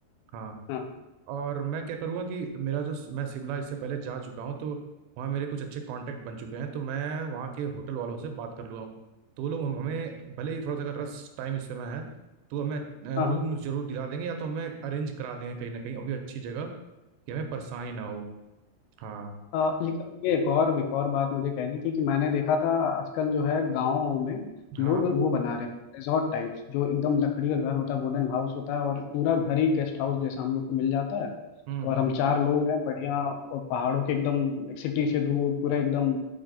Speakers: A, on the right; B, on the left.
A: हाँ
B: हाँ
A: और मैं क्या करूँगा कि मेरा जो मैं शिमला इससे पहले जा चुका हूँ तो वहाँ मेरे कुछ अच्छे कांटेक्ट बन चुके हैं तो मैं वहाँ के होटल वालों से बात कर लूँगा तो वो लोग हम- हमें भले ही थोड़ा सा अगर रस टाइम इस समय है तो हमें
B: हाँ
A: रूम
B: हाँ
A: जरूर दिला देंगे या तो हमें अरेंज करा देंगे कहीं ना कहीं अभी अच्छी जगह कि हमें परेशानी ना हो हाँ
B: अ, लेकिन ये एक और एक और बात मुझे कहनी थी कि मैंने देखा था आजकल जो है गाँव में
A: हाँ
B: लोग वो बना रहे हैं रिजॉर्ट टाइप्स जो एकदम लकड़ी का घर होता है वुडन हाउस होता है और पूरा घर ही गेस्ट हाउस जैसा हम लोग को मिल जाता है
A: हम्म
B: और
A: हम्म
B: हम चार लोग हैं बढ़िया और पहाड़ों के एकदम एक सिटी से दूर पूरा एकदम